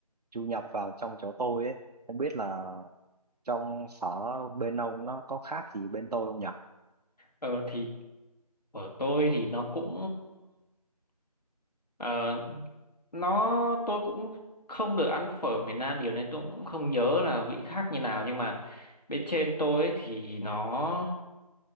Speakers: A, on the right (about 80°); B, on the left (about 80°).
A: du nhập vào trong chỗ tôi ấy không biết là trong sở bên ông nó có khác gì bên tôi không nhỉ
B: ờ thì của tôi thì nó cũng ờ, nó tôi cũng không được ăn phở miền Nam nhiều nên tôi cũng không nhớ là vị khác như nào nhưng mà bên trên tôi ấy thì nó